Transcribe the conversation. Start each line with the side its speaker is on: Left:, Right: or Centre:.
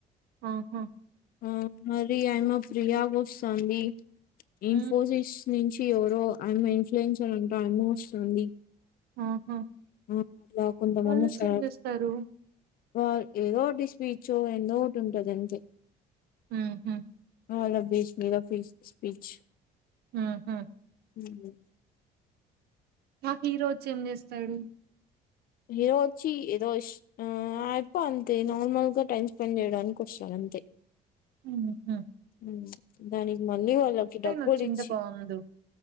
Right: ఆహా
Left: ఆ మరి అయ మా ప్రియా గోష్ తాంది. ఇన్ఫోసిస్
Right: హ్మ్.
Left: నుంచి ఎవరో ఆమె ఇన్ఫ్లుయన్సర్ అంట అయ్మ వస్తుంది.
Right: ఆహా!
Left: ఆ అట్లా కొంతమంది
Right: వాళ్ళొచ్చి
Left: వస్సనార్
Right: ఏం చేస్తారు?
Left: వాల్ ఏదో ఒకటి స్పీచ్చు ఎందో ఒకటి ఉంటది. అంతే
Right: ఉహు
Left: ఆ ల్లోభేష్ గుళ్ళాపీస్, స్పీచ్
Right: హుహు.
Left: మ్మ్
Right: నాక్ హీరో వచ్చి ఏం చేస్తాడు.
Left: ఏదో వచ్చి ఏదోశ్ ఆ అయప్పో, అంతే నార్మల్గా టైమ్ స్పెండ్ చేయడానికి వచ్చాడు. అంతే
Right: ఉహాహ్
Left: హ్మ్ దాని మళ్లీ వాళ్లకి డబ్బులిచ్చి
Right: వచ్చుంటే బావుండు.